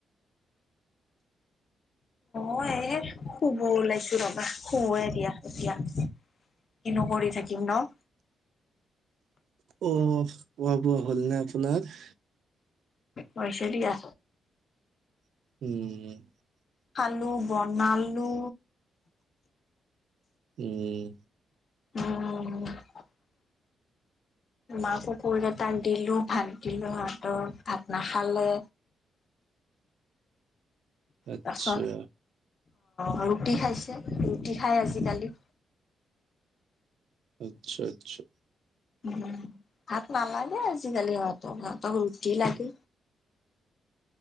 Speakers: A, on the left (about 45°); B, on the right (about 75°).
A: অ এ শুব ওলাইছো ৰবা, শুৱে দিয়া এতিয়া, কিনো কৰি থাকিম ন?
B: অ শুৱা, শুৱা। হল নে আপোনাৰ?
A: হৈছে দিয়া।
B: উম।
A: খালো, বনালো।
B: উম।
A: উম। মাকো কল এটা আনি দিলো, ভাত দিলো ভাতত ভাত নাখালে।
B: আচ্ছা।
A: তাৰপাছত অ ৰুটি খাইছে, ৰুটি খাই আজিকালি।
B: আচ্ছা, আচ্ছা।
A: উম ভাত নালাগে আজিকালি ইহঁতক, সিহঁতক ৰুটি লাগে।